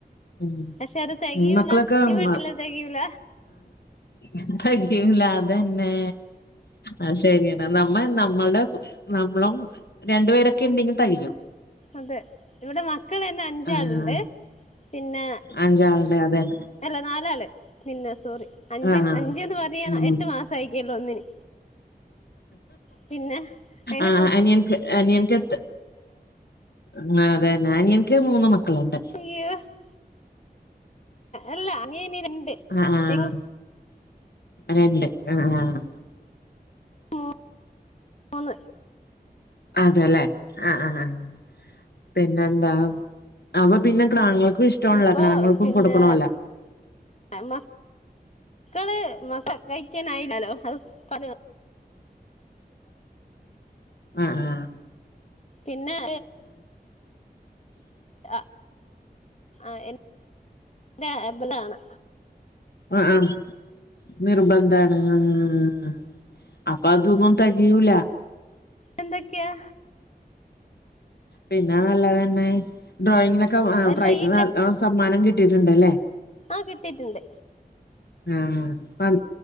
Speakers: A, on the left; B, on the left.
A: ഉം
B: പക്ഷെ അത് തെകയൂല
A: മക്കളൊക്കെ
B: ഈ വീട്ടില്
A: മ
B: തെകയൂല
A: <unintelligible> അതെന്നെ. അത് ശരിയാണ് നമ്മ നമ്മളുടെ നമ്മളും രണ്ടുപേരൊക്കെ ഇണ്ടെങ്കി തയും
B: അതെ ഇവിടെ മക്കൾ തന്നെ അഞ്ചാളുണ്ട്
A: ആഹ്
B: പിന്നെ
A: അഞ്ചാളുടെ അതന്നെ
B: അല്ല നാലാള് പിന്നെ സോറി അഞ്ച്
A: ആഹ്
B: അഞ്ച്ന്ന് പറയ
A: ഉം
B: എട്ട് മാസം ആയിക്കേള്ളൂ ഒന്നിന് പിന്നെ അയിനെ
A: ആഹ്
B: കൂ
A: അനിയൻക്ക് അനിയൻക്ക് എത്ത ആഹ് അതന്നെ അനിയൻക്ക് മൂന്ന് മക്കളുണ്ട്
B: <unintelligible> അല്ലാ അനിയന് രണ്ട്
A: ആഹ് ആഹ്
B: എനിക്ക്
A: രണ്ട് ആഹ് ആഹ്
B: മൂ മൂന്ന്
A: അതെല്ലെ ആഹ് ആഹ് ആഹ് പിന്നെ എന്താ അപ്പൊ പിന്നെ ക്ടാങ്ങുകൾക്കും ഇഷ്ടണല്ലോ
B: അപ്പൊ
A: ക്ടാങ്ങുക്കൾക്കും
B: പിന്നെ
A: കൊടുക്കണോല്ല
B: <unintelligible> മക്കള് മക്ക കയിക്കാനായില്ലല്ലോ അത് പ
A: ആഹ് ആഹ്
B: പിന്നെ ആ ആ എൻ ന്റെ എബലാണ്
A: ആഹ് ആഹ് നിർബന്ധാണ് ആഹ് അപ്പൊ അതൊന്നും തികയൂലാ
B: എന്തൊക്കെയാ
A: പിന്നെ നല്ലതന്നെ ഡ്രോയിങ്ങിനൊക്കെ ആഹ്
B: അല്ല
A: പ്രൈ
B: ഈ
A: സമ്മാനം കിട്ടിയിട്ടുണ്ട് അല്ലേ
B: ആഹ് കിട്ടിട്ടുണ്ട്
A: ആഹ്